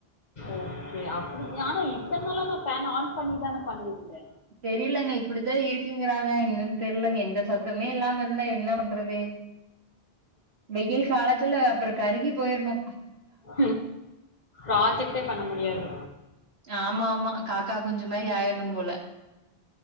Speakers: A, on the left (about 45°); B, on the right (about 80°).
A: ஓக்கே அப்பிடி ஆனா இத்தன் நாளா நா ஃபேன் ஆன் பண்ணிதானே பண்ணியிருந்தே
B: தெரியலங்க இப்படித்தா இருக்குங்கிறாங்க என்னன்னு தெரியலங்க இந்த சத்தமே இல்லாம இருந்தா என்ன பண்றது வெயில் காலத்துல அப்புறோ கருகி போயிறணு
A: ம் ப்ராஜெக்ட்டே பண்ண முடியாது
B: ஆமா ஆமா காக்கா குஞ்சு மாறி ஆயிட்ணு போல